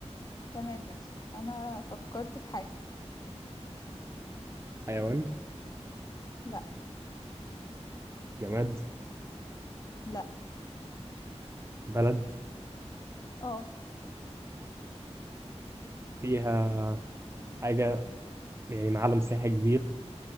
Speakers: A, on the left; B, on the right.
A: تمام ماشي انا فكرت في حاجة
B: حيوان
A: لا
B: جماد
A: لا
B: بلد
A: اه
B: فيها حاجه يعني معلم سياحي كبير